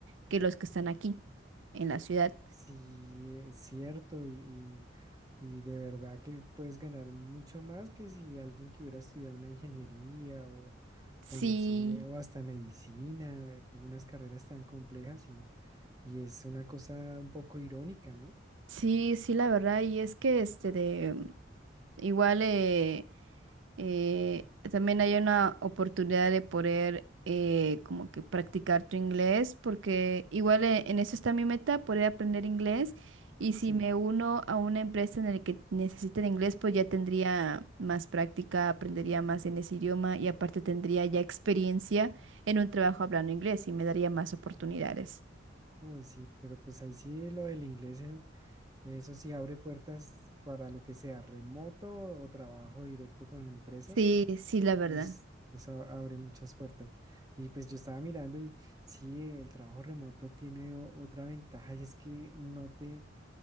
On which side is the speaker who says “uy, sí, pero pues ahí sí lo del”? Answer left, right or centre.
Right